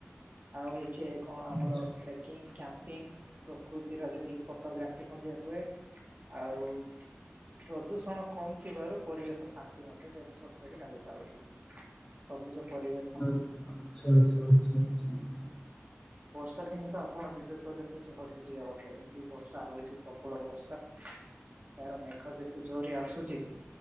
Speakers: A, on the right; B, on the left.
A: ଆଉ ଏଇଠି କଣ
B: ଆଚ୍ଛା
A: ଆମର ଟ୍ରେକିଂ, କ୍ୟାମ୍ପିଂ ପ୍ରକୃତିର ଯେତିକି ଫଟୋଗ୍ରାଫି ମଧ୍ୟ ହୁଏ। ଆଉ ପ୍ରଦୂଷଣ କମ୍ ଥିବାରୁ ପରିବେଶ ଶାନ୍ତି ମଧ୍ୟ ସେଇଟା ସତେଜ ଲାଗିଥାଉଛି। ସବୁଜ ପରିବେଶ
B: ଆଛା, ଆଚ୍ଛା, ଆଛା, ଆଛା।
A: ବର୍ଷା ଦିନେ ତ ଆପଣ ଯେବେ କହିଲେ ସେଇଠି ହଜିଯିବ ଗୋଟେ। ଏମିତି ବର୍ଷା ହଉଛି ପ୍ରବଳ ବର୍ଷା। ତାର ମେଘ ଯେତେ ଜୋରେ ଆସୁଛି